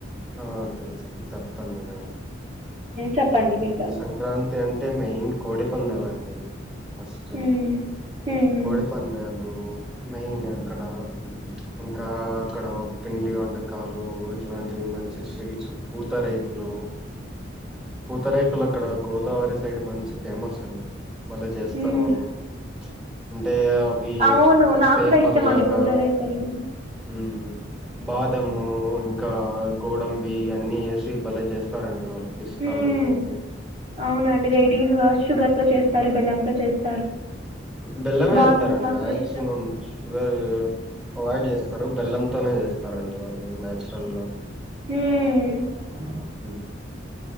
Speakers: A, in the centre; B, on the right (about 30°).
A: ఆ తెలుస అండి చెప్తాను వినండి
B: చెప్పండి వింటాను
A: సంక్రాంతి అంటే మెయిన్ కోడి పందాలండి ఫస్ట్
B: మ్మ్, మ్మ్,
A: కోడి పందాలు మెయిన్ అక్కడ ఇంకా అక్కడ పిండి వంటకాలు ఇట్లాంటి ఇ మంచి స్వీట్స్ పూత రేకులు పూతరేకులు అక్కడ గోదావరి సైడ్ మంచి ఫేమస్ అండి బలే చేస్తారు
B: మ్మ్.
A: వాళ్ళు అంటే అవి
B: అవును నాకు
A: పేపర్
B: కూడా ఇష్టం
A: లాగా
B: అండి పూతరేకులు
A: హ్మ్ బాదము ఇంకా గోడంబి అన్ని వేసి భలే చేస్తారండి వాళ్ళు పిస్తాను
B: మ్మ్
A: ఇవన్నీ
B: అవునండి రైటిస్ షుగర్ తో చేస్తారు బెలం తో చేస్తారు
A: బెల్లమే
B: బాగా
A: వేస్తారండి
B: నాకు
A: మాక్సిమం
B: కూడా ఇష్టం
A: షుగర్ అవాయిడ్ చేస్తారు బెల్లంతోనే చేస్తారండి వాళ్ళు నచురల్ గా
B: హ్మ్
A: ఊ